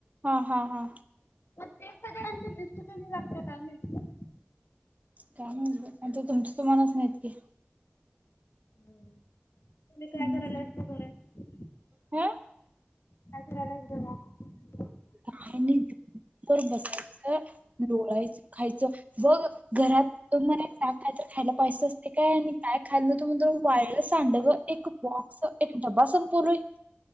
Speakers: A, on the right; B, on the left.
A: हा, हा, हा.
B: ते कधी आणि ते लिस्ट कधी लागत्या काय माहिती
A: काय म्हाईत बाई. आता तुमच तुम्हालाच माहीत की.
B: होय. तु काय
A: हम्म
B: करायल्यास मग घरात?
A: हं
B: काय कराल्यास घरात?
A: काय नाहीर बसायचं, लोळायचं, खायचं. बघ घरात मला का काय तर खायला पाहिजे असतंय काय आणि काय खायला न्हवत म्हणून वाळ्ळ सांडग एक बॉक्स, एक डबा संपवलोय.